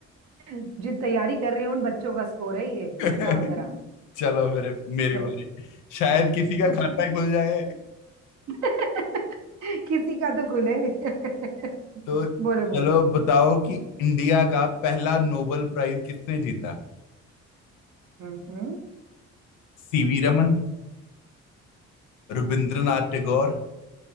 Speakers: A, on the right; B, on the left.
A: <laughs> जो तैयारी कर रहे हैं उन बच्चों का स्कोर है ये
B: <laughs>
A: बताओ जरा
B: चलो फिर मेरी
A: सर
B: बारी शायद किसी का
A: पूछो
B: खाता
A: तो।
B: ही खुल जाए
A: <laughs> किसी का तो खुले
B: <laughs>
A: <laughs>
B: तो
A: बोलो
B: चलो
A: बोलो
B: बताओ कि इंडिया का पहला नोबेल प्राइज किसने जीता
A: हम्म हम्म
B: CV Raman Rabindranath Tagore